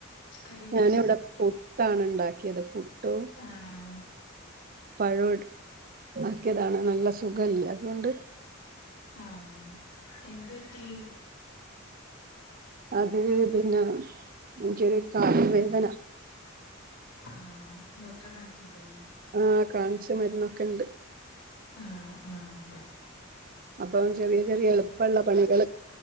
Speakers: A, on the left; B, on the right.
A: കടിയൊക്കെ
B: ഞാനിവിടെ
A: എന്താ?
B: പുട്ടാണ് ഉണ്ടാക്കിയത് പുട്ടു
A: ആഹ്
B: പഴോ ആക്കിയതാണ് നല്ല സുഖല്ല അതുകൊണ്ട്
A: ആഹ് എന്ത് പറ്റി?
B: അത് പിന്നെ എനിക്കൊരു കാല് വേദന
A: ആഹ് ഡോക്ടറെ കാണിച്ചില്ലേ?
B: ആഹ് കാണിച്ച്, മരുന്നൊക്കെണ്ട്
A: ആഹ് ആഹ്
B: അപ്പൊ ചെറിയ ചെറിയ എളുപ്പമുള്ള പണികൾ